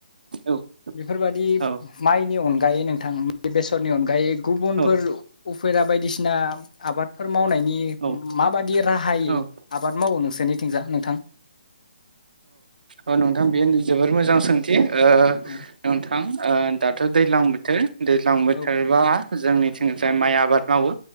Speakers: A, on the right; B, on the left.
A: औ
B: बेफोरबायदि
A: औ
B: माइनि अन दायो नोंथांनि बेसदनि अनगायै गुबुनफोरल
A: औ
B: उफा बायदिसिना आबादफोर मावनायनि
A: औ
B: माबाददि राहायै
A: औ
B: आबाद मावो नोंस निथिंजा नोंथां
A: अ नोंथां बेयो जबोर मोजां सोंथि ओ
B: औ
A: नोंथां ओ दाथ दैजलां बोथोर दैज्लां बोथोरबा
B: औ
A: जोंनिथिं जाय माइ आबाद मावो।